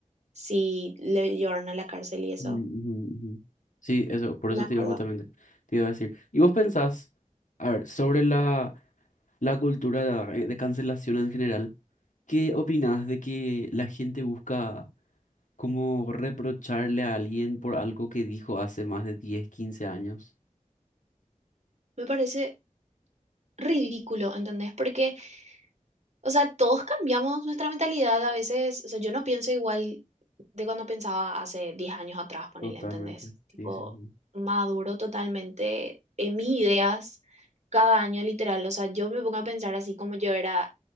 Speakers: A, on the right; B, on the left.
A: sí le llevaron a la cárcel y eso,
B: Mm, ujú, ujú. Sí, eso, por
A: me
B: eso
A: acuerdo.
B: te digo justamente, te iba a decir. ¿Y vos pensás, a ver, sobre la, la cultura de, de cancelación en general, qué opinás de que la gente busca... Como reprocharle a alguien por algo que dijo hace más de 10, 15 años.
A: Me parece ridículo, ¿entendés? Porque O sea, todos cambiamos nuestra mentalidad a veces. O sea, yo no pienso igual de cuando pensaba hace 10 años atrás, ponele,
B: Totalmente.
A: ¿entendés? Tipo,
B: Sí, sí. sí.
A: maduro totalmente en mis ideas cada año, literal. O sea, yo me pongo a pensar así como yo era